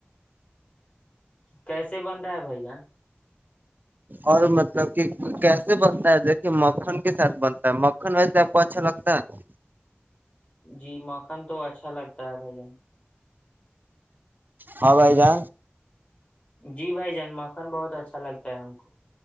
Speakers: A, on the left; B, on the right.
A: کیسے بنتا ہے بھیا
B: اور مطلب کہ کیسے بنتا ہے دیکھیے مکھن کے ساتھ بنتا ہے مکھن ویسے آپ کو اچھا لگتا ہے
A: جی مکان تو اچھا لگتا ہے بھائی جان
B: ہاں بائی جا
A: جی بھائی جن مکھن بہت اچھا لگتا ہے ہم کو